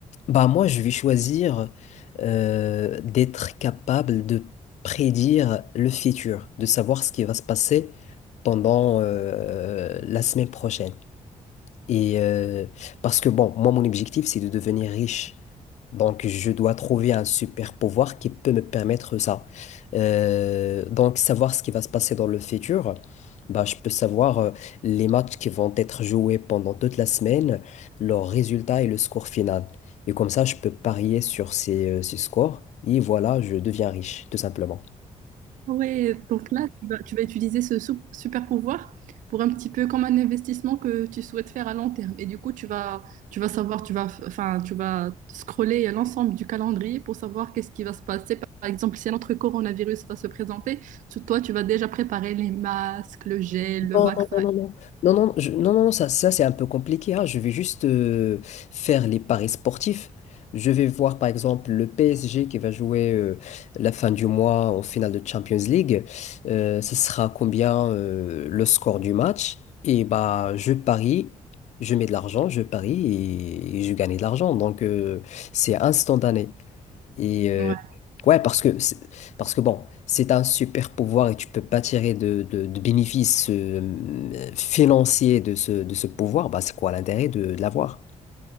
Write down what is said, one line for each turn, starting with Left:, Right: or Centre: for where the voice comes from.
Left: Bah moi, je vais choisir euh, d'être capable de prédire le futur, de savoir ce qui va se passer pendant euh, la semaine prochaine. Et euh, parce que bon, moi, mon objectif, c'est de devenir riche. Donc, je dois trouver un super pouvoir qui peut me permettre ça. Euh, donc, savoir ce qui va se passer dans le futur, bah, je peux savoir euh, les matchs qui vont être joués pendant toute la semaine, leurs résultats et le score final. Et comme ça, je peux parier sur ces, euh, ces scores. Et voilà, je deviens riche, tout simplement.
Right: Ouais, donc là, tu vas, tu vas utiliser ce sou- super pouvoir pour un petit peu comme un investissement que tu souhaites faire à long terme. Et du coup, tu vas, tu vas savoir, tu vas, enfin, tu vas scroller l'ensemble du calendrier pour savoir qu'est-ce qui va se passer. Par exemple, si notre coronavirus va se présenter, tu- toi, tu vas déjà préparer les masques, le gel, le
Left: Non,
Right: vaccin.
Left: non, non, non, non, non, non, je- non, non, non, ça, ça c'est un peu compliqué. hein. Je vais juste euh, faire les paris sportifs. Je vais voir par exemple le PSG qui va jouer euh, la fin du mois en finale de Champions League. Euh, ce sera combien euh, le score du match? Et bah, je parie, je mets de l'argent, je parie et, et je gagne de l'argent. Donc, euh, c'est instantané. Et euh,
Right: Ouais,
Left: ouais, parce que, c'est- parce que bon, c'est un super pouvoir et tu peux pas tirer de, de, de bénéfices euh, financiers de ce, de ce pouvoir. Bah, c'est quoi l'intérêt de, de l'avoir?